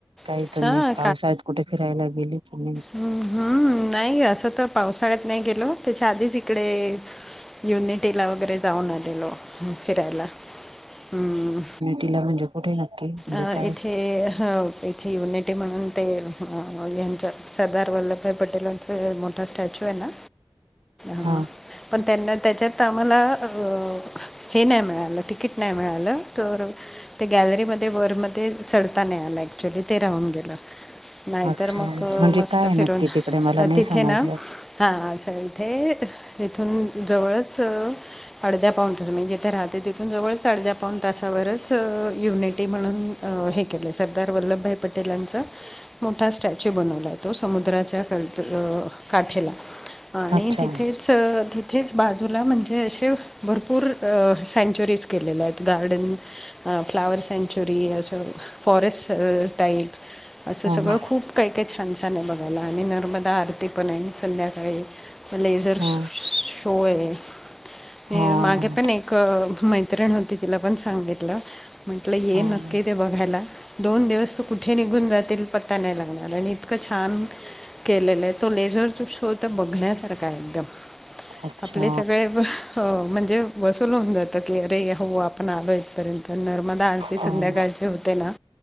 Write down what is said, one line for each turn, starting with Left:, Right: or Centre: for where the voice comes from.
Right: काही
Centre: हा
Right: तुम्ही पावसाळ्यात कुठे फिरायला गेले की नाही?
Centre: हुं हुं नाही असं तर पावसाळ्यात नाही गेलो त्याच्या आधीच इकडे युनिटीला वगैरे जाऊन आलेलो फिरायला हम्
Right: तिला म्हणजे कुठे नक्की? म्हणजे
Centre: अ
Right: काय
Centre: इथे ह ते एक युनिटी म्हणून ते उम्ह यांच सरदार वल्लभभाई पटेलांचा मोठा स्टॅच्यू आहे ना ह
Right: हा
Centre: पण त्यांना त्याच्यात आम्हाला अहं. हे नाही मिळालं तिकीट नाही मिळालं. तर ते गॅलरीमध् ते वर मध्येच चढता नाही आलं ऍक्च्युली ते राहून गेलं. नाही
Right: अच्छा
Centre: तर मग अ
Right: म्हणजे
Centre: मस्त
Right: काय आहे
Centre: फिरून
Right: नक्की तिकडे मला
Centre: ह
Right: नाही
Centre: तिथे
Right: समजलं
Centre: ना हा हा अच्छा इथेच इथून जवळच अ-अर्ध्या पाऊण तास म्हणजे तर राहते तिथून जवळच अर्ध्या पाऊण तासावरच अ युनिट म्हणून मी अ हे केलंय सरदार वल्लभभाई पटेलांचा मोठा स्टॅच्यू बनवलाय. तो समुद्राच्या कंतक काठेला आणि
Right: अच्छा
Centre: तिथेच अ तिथेच बाजूला म्हणजे हे अशे व भरपूर अ सँचुरीज केलेल्या आहेत गार्डन फ्लावर सँच चुरी असं फॉरेस्ट अ स्टाईल असं
Right: हा
Centre: सगळं
Right: हा
Centre: खूप काही काही छा छान छान आहे बघायला आणि नर्मदा आरती पण आहे संध्याकाळी. लेझर
Right: हा
Centre: शो आहे आणि
Right: हा
Centre: मागे पण एक क मैत्रिण होती तिला पण सांगितलं म्हंटलं ये
Right: हा.
Centre: नक्की ते बघायला. दोन दिवस तर कुठे निघून जातील पत्ता नाही लागणार आणि इतकं छान केलेलं आहे. तो लेझर तू शो तर बघण्यासारखा आहे एकदम
Right: अच्छा
Centre: आपले सगळे व हो म्हणजे वसूल होऊन जातात की अरे हो आपण आलो इथपर्यंत नर्मदा आ
Right: अच्छा
Centre: संध्याकाळचे होते ना